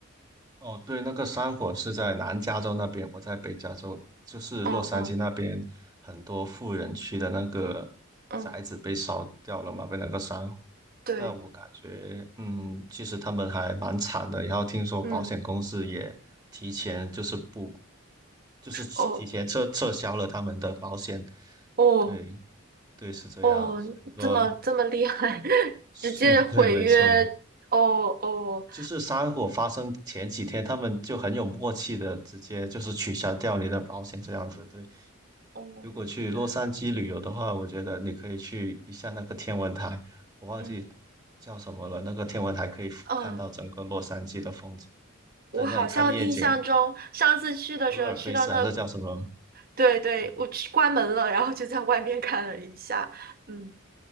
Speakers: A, on the right; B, on the right.
A: 哦，对，那个山火是在南加州那边，我在北加州，就是洛杉矶那边很多富人区的那个
B: 嗯嗯嗯，
A: 宅子被烧掉了嘛，被那个山
B: 对，
A: 但我感觉，嗯，其实他们还蛮惨的。然后听说保险公司也提前就是不，
B: 嗯，
A: 就是提前撤撤销了他们的保险。
B: 哦哦
A: 对对，是这样。
B: 哦，
A: 所以说，
B: 这么这么厉害，<laughs>
A: 是
B: 直接毁约，
A: <laughs> 对，没错。
B: 哦哦
A: 就是山火发生前几天，他们就很有默契的直接就是取消掉你的保险这样子。对，
B: 哦，
A: 如果去洛杉矶旅游的话，
B: 原来
A: 我觉得你可以去一下那个天文台，我忘记
B: 嗯
A: 叫什么了。那个天文台可以俯瞰到整个洛杉矶的风景，
B: 嗯，我好像印象中上次去的时候去到那，
A: 在那里看夜景，普尔菲斯还是叫什么？
B: 对对，
A: 对
B: 我去关门了，然后就在外面看了一下，嗯。